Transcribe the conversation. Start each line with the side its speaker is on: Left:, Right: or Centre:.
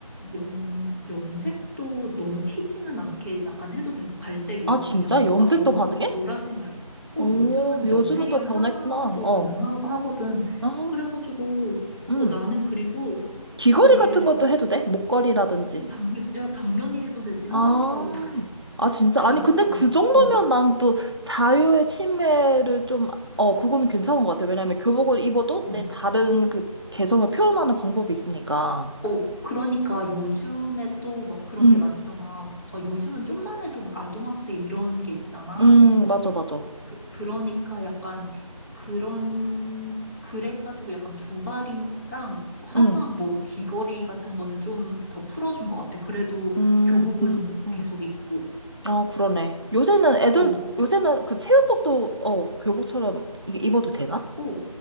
Left: 염, 염색도 너무 튀지는 않게 약간 해도 되고 갈색 이런
Right: 아 진짜
Left: 이 정도?
Right: 염색도
Left: 막 너무
Right: 가능해?
Left: 노, 노란색 말고. 어,
Right: 오
Left: 요즘은
Right: 요즘은
Left: 염색이랑
Right: 또 변했구나.
Left: 파마도
Right: 어.
Left: 가능하거든.
Right: 아,
Left: 그래가지고
Right: 음.
Left: 어, 나는 그리고
Right: 귀걸이
Left: 그게
Right: 같은 것도 해도 돼? 목걸이라든지.
Left: 어, 당연, 야, 당연히 해도 되지. 화장도
Right: 아,
Left: 하고 <laughs> 다니네.
Right: 아, 진짜?
Left: 다
Right: 아니,
Left: 하고
Right: 근데
Left: 다니.
Right: 그 정도면
Left: 어,
Right: 난 또 자유의 침해를 좀, 어, 그거는 괜찮은 것 같아. 왜냐면 교복을 입어도
Left: 어.
Right: 내 다른 그 개성을 표현하는 방법이 있으니까.
Left: 어, 그러니까 요즘에 또 막 그런
Right: 음,
Left: 게 많잖아. 어, 요즘은 좀만 해도 막 아동학대 이런 게 있잖아.
Right: 음, 맞아, 맞아.
Left: 그, 그러니까 약간 그런, 그래가지고 약간 두발이랑 화장,
Right: 음,
Left: 뭐 귀걸이 같은 거는 좀 더 풀어준 것 같아. 그래도
Right: 음,
Left: 교복은
Right: 음. 음.
Left: 계속 입고.
Right: 아, 그러네. 요새는 애들,
Left: 어,
Right: 요새는 그 체육복도, 어, 교복처럼 이게 입어도 되나?
Left: 어,